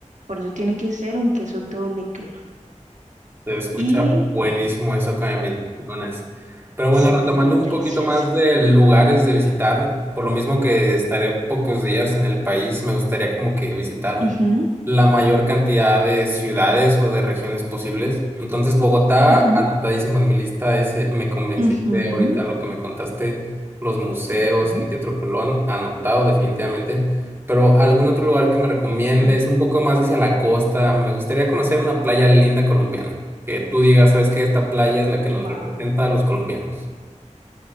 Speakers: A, on the right; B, on the right.
A: Por eso tiene que ser un queso doble crema.
B: Se escucha
A: Y
B: buenísimo eso que me mencionas. Pero bueno,
A: sí,
B: retomando
A: es
B: un
A: delicioso.
B: poquito más de lugares de visitar, por lo mismo que estaré pocos días en el país, me gustaría como que visitar
A: Ujú,
B: la mayor cantidad de ciudades o de regiones posibles. Entonces, Bogotá,
A: ujú,
B: anotadísimo en mi lista, ese me convenciste
A: ujú,
B: ahorita lo que me contaste, los museos,
A: ujú.
B: el Teatro Colón, anotado definitivamente. Pero algún otro lugar que me recomiendes,
A: Excelente.
B: un poco más hacia la costa, me gustaría conocer una playa linda colombiana. Que tú digas, ¿sabes qué? Esta playa es la que nos
A: Wow.
B: representa a los colombianos.